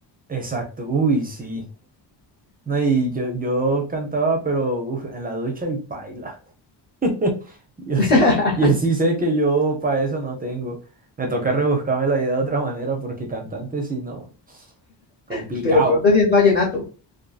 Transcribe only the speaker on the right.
Exacto, uy, sí. No, y yo, yo cantaba, pero uf, en la ducha y paila. <laughs> Yo
sí, yo sí sé que yo para eso no tengo. Me toca rebuscarme la vida de otra manera porque cantante si no, complicado.